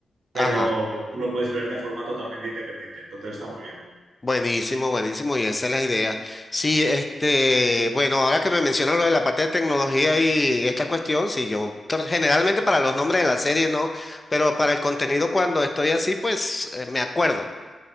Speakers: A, on the right; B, on the left.
A: pero
B: Ajá.
A: tú lo puedes ver de forma totalmente independiente. Entonces está muy bien.
B: Buenísimo, buenísimo, y esa es la idea. Sí, este, bueno, ahora que me mencionas lo de la parte de tecnología y esta cuestión, sí, yo tor- generalmente para los nombres de las series no, pero para el contenido cuando estoy así, pues eh, me acuerdo.